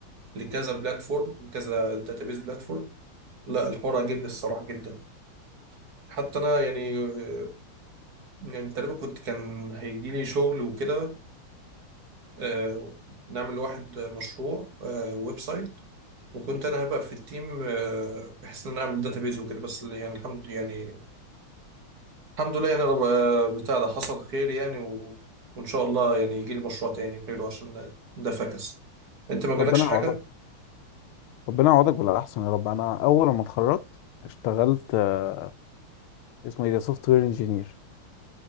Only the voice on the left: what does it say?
ربنا يعوضك
ربنا يعوضك بالاحسن يا رب انا اول ما اتخرجت اشتغلت آه، اسمه ايه ده سوفت وير انجينير